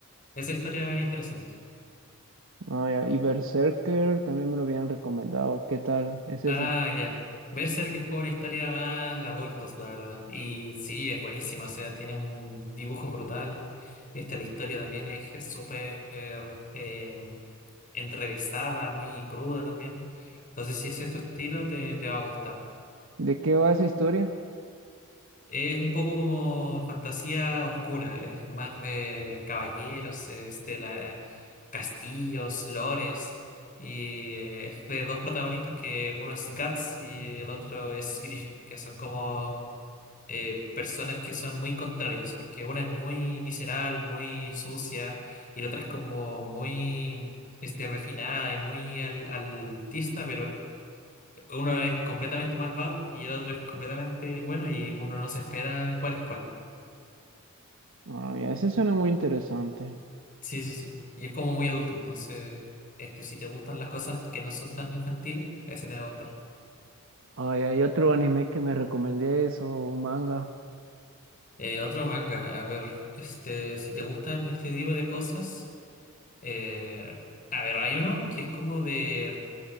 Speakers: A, on the left; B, on the right.
A: Esa historia es interesante.
B: Ah, ya, Y Berserker también me lo habían recomendado. ¿Qué tal es
A: Ah,
B: ese?
A: ya. Berserk es como una historia más de adultos, la verdad. Y sí, es buenísima, o sea, tiene un dibujo brutal. Esta, la historia también es súper eh, enrevesada, muy cruda también. Entonces, si es tu estilo, te, te va a gustar.
B: ¿De qué va esa historia?
A: Es un poco como fantasía oscura, es más de caballeros, es de la- castillos, lores, y eh, es de dos protagonistas que uno es Guts y el otro es Griffin, que son como eh, personas que son muy contrarias, porque una es muy visceral, muy sucia, y la otra es como muy este, refinada y muy al- altista, uno es completamente malvado y el otro es completamente bueno y uno no se espera cuál es cuál.
B: Ah, ya, ese suena muy interesante.
A: Sí, sí, sí. Y es como muy adulto, entonces, este, si te gustan las cosas que no son tan infantiles, ese te va a gustar.
B: Ah, ya, y otro anime que me recomendé eso, un manga.
A: Eh, otro manga, a ver, este, si te gustan este tipo de cosas, eh, a ver, hay uno que es como de